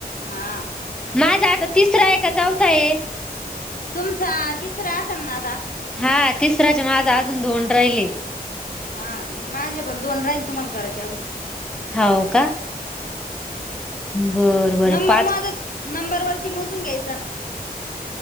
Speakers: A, on the left (about 60°); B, in the centre.
A: हा.
B: माझा आता तिसरा आहे का चौथा आहे?
A: तुमचा तिसरा असल ना. आता
B: हा तिसरा मा आझ अजून दोन राहिले.
A: हा माझे पण दोन राहील तुम्हाला करायचे अजून.
B: हो का? बर बर
A: नंबर
B: पाच
A: माझ नंबर वरती मोजून घ्याय